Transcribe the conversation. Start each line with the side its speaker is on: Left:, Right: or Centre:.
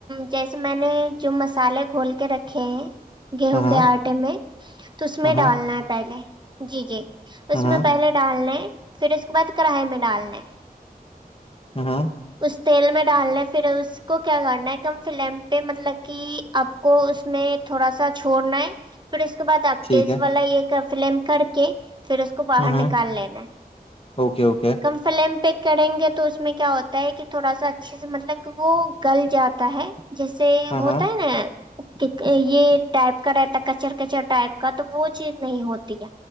Right: جیسے میں نے جو مسالے کھول کے رکھے ہیں گیہوں
Left: ہاں
Right: کے آٹے میں تو اس
Left: ہاں
Right: میں ڈالنا ہے پہلے جی جی
Left: ہاں
Right: اس میں پہلے ڈالنے پھر اس کے بعد کرڑھے میں ڈالنے
Left: ہاں ہاں
Right: اس تیل میں ڈالنا پھر اس کو کیا کرنا ہے کم فلیم پہ مطلب کہ آپ کو اس میں تھوڑا سا چھوڑنا ہے پھر اس بعد آپ
Left: ٹھیک
Right: تیز
Left: ہے
Right: والا یہ فلم کر کے پھر اس کو باہر
Left: ہاں
Right: نکال لینا ہے
Left: اوکے اوکے
Right: کم فلیم پ کریں گے تو اس میں کیا ہوتا ہے کہ تھوڑا سا اچھے سے مطلب کہ وہ گل جاتا ہے جیسے
Left: ہاں
Right: ہوتا
Left: ہاں
Right: ہے نا یہ ٹائپ کا رہتا کچر کچر ٹائپ کا تو وہ چیز نہیں ہوتی ہے